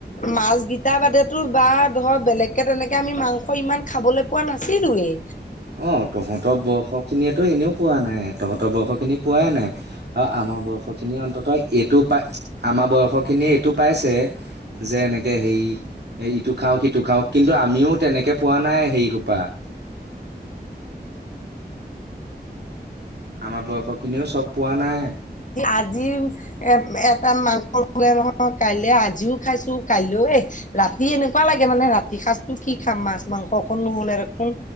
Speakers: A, on the left; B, on the right.
A: মাছ গেইটা বাদে- বা ধৰ বেলেগকে তেনেকে আমি মাংস ইমান খাবলৈ পোৱা নাছিলোয়েই।
B: অ তহঁতৰ বৰ্ষ খিনিয়ো এনেও পোৱা নাই। তহঁতৰ বৰ্ষ খিনি <unintelligible> পোৱাই নাই আৰু আমাৰ বয়স খিনিয়ে অন্তত এইটো পাই আমাৰ বয়স খিনিয়ে এইটো পাইছে- যে এনেকে হেৰি এ ইটো খাওঁ সিটো খাওঁ কিন্তু আমিও- তেনেকে পোৱা নাই সেই সোপা- আমাৰ বয়স খিনিও চব পোৱা নাই।
A: আজি এ এটা মাংস ব নহয় কাইলৈ আজিও খাইছো কাইলৈ এ- <unintelligible> ৰাতি এনেকুৱা লাগে মানে ৰাতিৰ সাঁজ কি খাম মাছ মাংস অকণ নহ'লে আৰু কোন